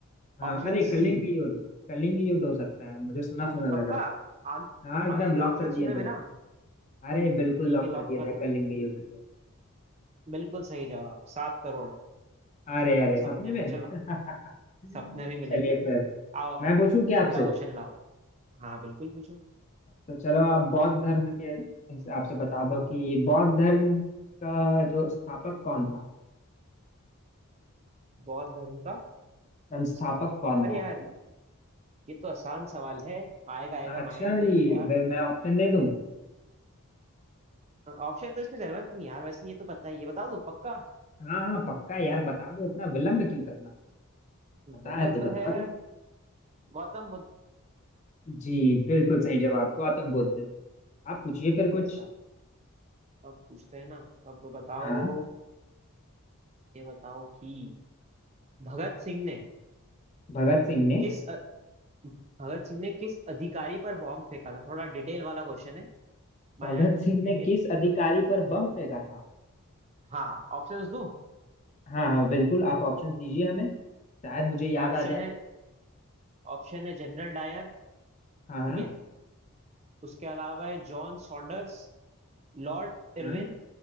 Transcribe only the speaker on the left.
हाँ
अरे
कलिंग युद्ध कलिंग युद्ध हो सकता है मुझे सुना सुना
लग रहा
है हाँ एकदम
लॉक
कर दिया
जाए अरे बिल्कुल
लॉक
कर दिया
जाए
कलिंग युद्ध को
अरे अरे
सपने में
<laughs> चलिए
फिर
मैं पूछूं क्या आपसे
तो चलो आप बौद्ध धर्म के हिसाब से बता दो कि बौद्ध धर्म का जो स्थापक कौन था
संस्थापक
कौन
था
आचार्य
जी
फिर मैं ऑप्शन दे दूं
हाँ हाँ पक्का यार बता दो इतना विलंब क्यों करना
पता है तो बता
दो
जी बिल्कुल सही जवाब गौतम बुद्ध आप पूछिए फिर कुछ
हाँ
भगत सिंह ने
भगत सिंह
ने किस अधिकारी पर बम फेंका था
हाँ हाँ बिल्कुल आप ऑप्शंस दीजिए हमें शायद मुझे याद
आ जाए
हाँ हाँ
हाँ